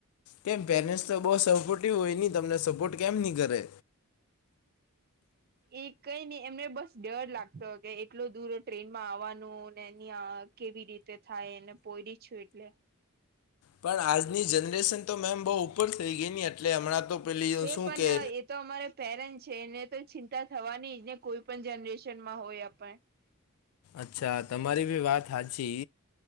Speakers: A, on the left; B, on the right.
A: કેમ પેરેન્ટ્સ તો બહુ સપોર્ટિવ હોય ને તમને સપોર્ટ કેમ ની કરે?
B: એ કઈ ની એમને બસ ડર લાગતો કે એટલો દૂર ટ્રેનમાં આવવાનું ને, ની આ કેવી રીતે થાય એને પોયડી છું એટલે.
A: પણ આજની જનરેશન તો, મેમ, બહુ ઉપર થઈ ગઈ ની એટલે હમણાં તો પેલી
B: છે
A: શું
B: પન
A: કે
B: એ તો અમારે પેરેન્ટ છે એને તો ચિંતા થવાની જ ને, કોઈ પણ જનરેશનમાં હોય આપણે.
A: અચ્છા, તમારી બી વાત હાચી.